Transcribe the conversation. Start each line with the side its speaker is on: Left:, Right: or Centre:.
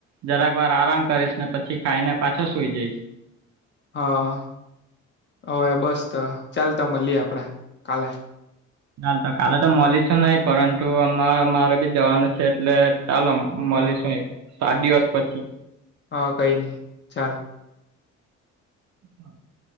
Right: જરાક વાર આરામ કરીશ ને પછી ખાઈને પાછો સુઈ જઈશ.
Left: હા હવે બસ તો ચાલ તો મળીએ આપણે કાલે.
Right: ચાલ તો કાલે તો મળીશ નહી પરંતુ મારે બી જવાનું છે એટલે ચાલો મળીશું
Left: હ
Right: એક સાત દિવસ પછી.
Left: હા કઈ નહી ચાલ.
Right: <inaudible>